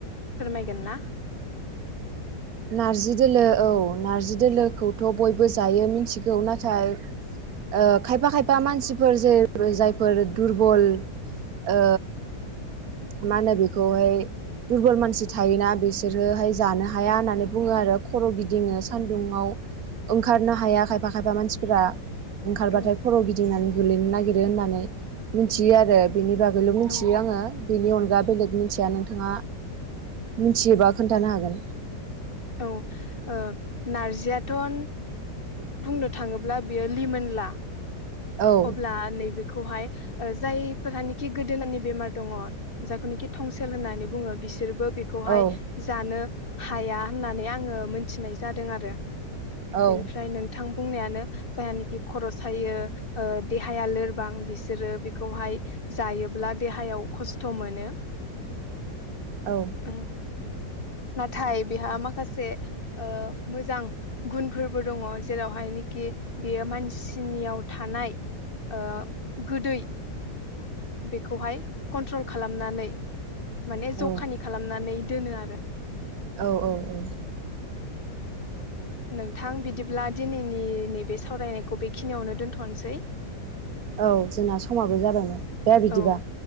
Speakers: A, on the left (about 35°); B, on the right (about 60°).
A: फोरमायगोन ना
B: नार्जि दोलो औ नार्जि दोलोखौथ' बयबो जायो मिथिगौ नाथाय ओ खायफा खायफा मानसिफोर जेर जायफोर दुरबल ओ मा होनो बेखौहाय दुरबल मानसि थायोना बिसोरोहाय जानो हाया ना आरो खर' गिदिङो सान्दुुंङाव ओंखारनो हाया खायफा खायफा मानसिफोरा ओंखारबाथाय
A: औ
B: खर' गिदिंनानै गोलैनो नागिरो होननानै मिनथियो आरो बेनि बागैल' मिथियो
A: औ
B: आंङो बेनि अनगा बेलेग मिथिया नों नोंथांङा मिनथियोबा खोन्थानो हागोन
A: औ ओ नारजि याथन बुंनो थांङोब्ला बेयो लिमोनला
B: औ
A: अब्ला नैबेखौहाय ओ जायफोरहानिखि गोदोननि बेमार दङ जायखौनिखि थंसेल होननानै बुङो बिसोरबो बेखौहाय
B: औ
A: जानो हाया होननानै आंङो मोनथिनाय जादों आरो
B: औ
A: बेनिफ्राय नोंथां बुंनायानो जायहानोखि खर' सायो ओ देहाया लोरबां बिसोरो बेखौहाय जायोब्ला देहायाव खस्थ' मोनो
B: औ
A: उम नाथाय बेहा माखासे ओ मोजां गुनफोरबो दंङ जेरावहाय कि बेयो मानसिनियाव थानाय ओ गोदै बेखौहाय कन्ट्रल खालामनानै माने
B: औ
A: जखानि खालामनानै दोनो आरो
B: औ औ औ
A: नोंथां बिदिब्ला दिनैनि नैबे सावरायनायखौ बेखिनियावनो दोन्थ'नोसै।
B: औ जोंना समाबो जाबायमोन दे बिदिबा
A: औ